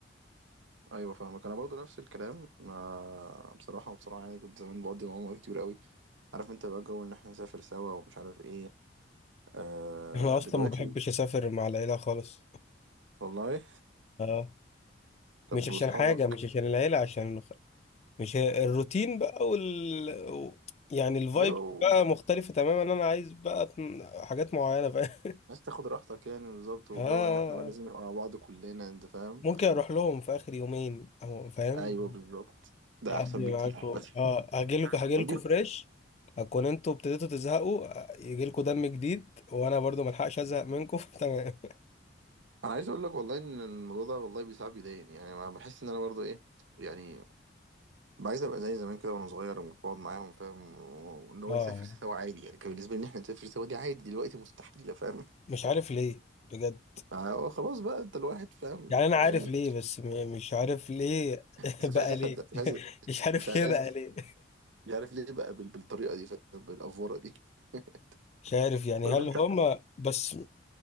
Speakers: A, on the right; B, on the left.
A: ايوه فاهمك انا برضو نفس الكلام ما بصراحه بصراحه يعني كنت زمان بقضي معاهم وقت كتير قوي عارف انت بقى جو ان احنا نسافر سوا ومش عارف ايه آه
B: <laughs> انا اصلا
A: دلوقتي
B: ما بحبش اسافر مع العيلة خالص
A: والله
B: اه
A: طب
B: مش عشان
A: واصحابك
B: حاجة مش عشان العيلة عشان مش هي- الروتين بقى وال و- يعني الفايب
A: ايوه
B: بقى مختلفة تماما انا عايز بقى ت- حاجات معينة فاهم
A: عايز تاخد راحتك يعني بالظبط وجو
B: <laughs> اه
A: ان احنا بقى لازم نبقى مع بعض كلنا انت فاهم
B: ممكن اروح لهم في اخر يومين او فاهم
A: ايوه بالظبط ده
B: اقضي
A: احسن بكتير
B: معاكم
A: بس
B: اه هجيلكم هجيلكم
A: ودي
B: فريش هكون انتوا ابتديتوا تزهقوا يجيلكم دم جديد وانا برضو ملحقش ازهق منكم <laughs> تمام
A: انا عايز اقول لك والله ان الموضوع ده والله بيساعد بيضايقني يعني انا بحس ان انا برضو ايه يعني عايز ابقى زي زمان كده وانا صغير وبقعد معاهم فاهم وان هو
B: اه
A: نسافر سوا عادي يعني كان بالنسبه لي ان احنا نسافر سوا دي عادي دلوقتي مستحيله فاهم
B: مش عارف ليه بجد
A: آه، خلاص بقى انت الواحد فاهم
B: يعني انا
A: يعني
B: عارف ليه بس م- مش عارف ليه <laughs>
A: بس
B: بقى
A: مش عايز اصدق
B: ليه
A: مش عايز
B: <laughs> مش عارف
A: مش عايز
B: ليه بقى ليه
A: مش عارف ليه بقى بال- بالطريقه دي فاهم بالافوره دي <laughs>
B: مش عارف يعني
A: طب
B: هل هم بس